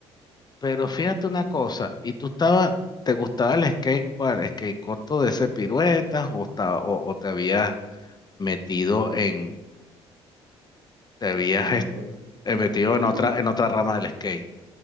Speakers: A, on the left; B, on the right.
A: Pero fíjate
B: De una.
A: una cosa, ¿y tú estabas, te gustaba el skate, cuál, skate corto de ese piruetas o, estaba- o, o te habías metido en, te habías
B: No,
A: es-
B: por-
A: eh,
B: por-
A: metido
B: tenía
A: en otra,
B: un-
A: en otra rama del skate?